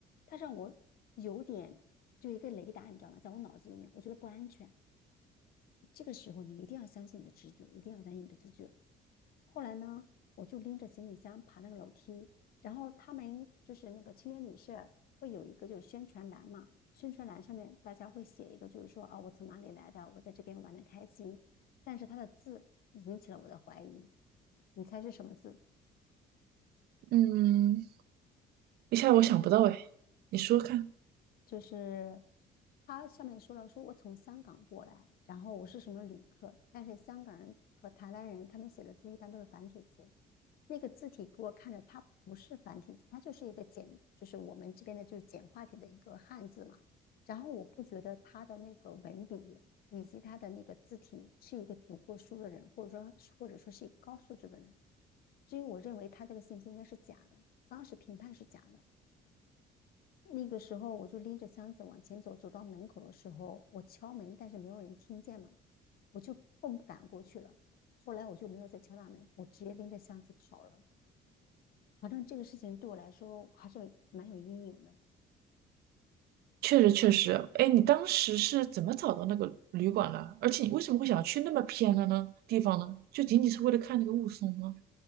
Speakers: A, on the left (about 60°); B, on the right (about 70°).
A: 他让我有点就一个雷达，你知道吗？在我脑子里面，我觉得不安全。这个时候你一定要相信你的直觉，一定要相信你的直觉。后来呢，我就拎着行李箱爬那个楼梯，然后他们就是那个青年旅社会有一个就是宣传栏嘛，宣传栏上面大家会写一个就是说啊、我从哪里来的，我在这边玩的开心，但是他的字引起了我的怀疑，你猜是什么字？
B: 嗯，一下我想不到哎，你说看。
A: 就是他上面说了，说我从香港过来，然后我是什么旅客，但是香港人和台湾人他们写的字一般都是繁体字，那个字体给我看着它不是繁体字，它就是一个简，就是我们这边的就是简化体的一个汉字嘛。然后我不觉得他的那个文笔以及他的那个字体是一个读过书的人，或者说或者说是一个高素质的人，所以我认为他这个信息应该是假的，当时评判是假的。那个时候我就拎着箱子往前走，走到门口的时候，我敲门，但是没有人听见嘛，我就更不敢过去了。后来我就没有再敲大门，我直接拎着箱子跑了。反正这个事情对我来说还是蛮有阴影的。
B: 确实确实，哎，你当时是怎么找到那个旅馆的？而且你为什么会想要去那么偏的呢地方呢？就仅仅是为了看那个雾凇吗？